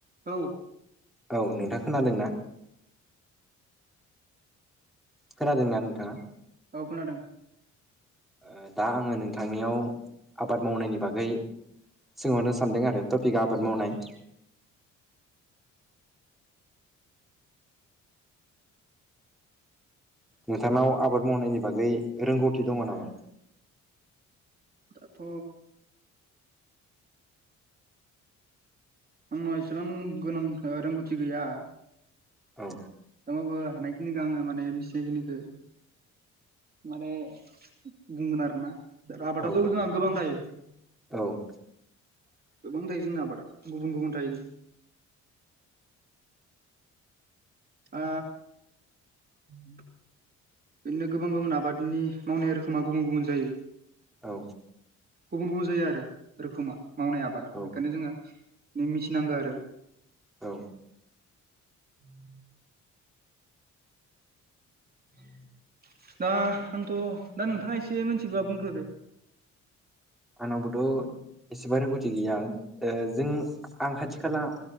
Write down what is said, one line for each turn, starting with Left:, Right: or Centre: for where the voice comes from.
Right: औ
Centre: औ नोंथां खोनादोंना? खोनादोंना नोंथाङा?
Right: औ खोनादों
Centre: ओ दा आङो नोंथांनियाव आबाद मावनायनि बागै सोंहरनो सानदों आरो टपिकआ आबाद मावनाय नोंथांनाव आबाद मावनायनि बागै रोंगौथि दङ' नामा?
Right: दाथ' आंनाव एसेबां गोनां रोंगौथि गैया
Centre: औ
Right: थेवबाबो हानायखिनिखौ आङो माने मिथिनाय खिनिखौ माने बुंगोन आरोना आबादाथ'
Centre: औ औ
Right: जोंना गोबां थायो
Centre: औ
Right: गोबां थायो जोंना आबादा गुबुन गुबुन थायो ओ <inaudible> बिदिनो गोबां गुबुन आबादनि मावनाय रोखोमा गुबुन गुबुन जायो
Centre: औ
Right: गुबुन गुबुन जायो आरो रोखोमा मावनाय आबादा
Centre: औ
Right: ओंखायनो जोङो नों मिथिनांगो आरो
Centre: औ
Right: <inaudible> <inaudible> दा आंथ दा नोंथाङा एसे मिथिगोबा बुंग्रोदो
Centre: आंनावबोथ एसेबा रोंगौथि गैया जों आं खाथि खाला